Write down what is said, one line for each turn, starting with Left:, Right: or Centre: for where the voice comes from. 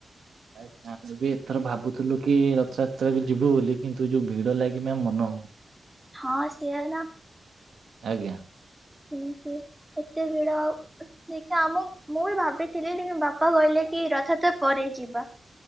Right: ଆଜ୍ଞା ଆମେ ବି ଏଥର ଭାବୁଥିଲୁ କି ରଥଯାତ୍ରାକୁ ଯିବୁ ବୋଲି କିନ୍ତୁ ଯୋଉ ଭିଡ ଲାଗି ମ୍ୟାମ ମନ ହଉନି।
Centre: ହଁ ସେୟା ନା।
Right: ଆଜ୍ଞା।
Centre: କେମିତି ଏତେ ଭିଡ଼ ଆଉ ଦେଖିବା ଆମ ମୁଁ ବି ଭାବିଥିଲି ବାପା କହିଲେ କି ରଥ ଯାତ୍ରା ପରେ ଯିବା।